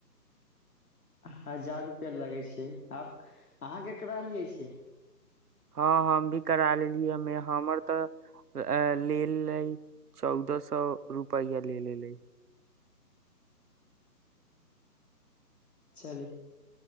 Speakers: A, on the left; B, on the right.
A: हजार रुपआ लगै छै आब अहाँ केकरा लियै छी
B: हँ हम भी करा लेलियै हमे हमर तऽ लेलेै चौदह सए रुपैआ ले लेलै
A: चली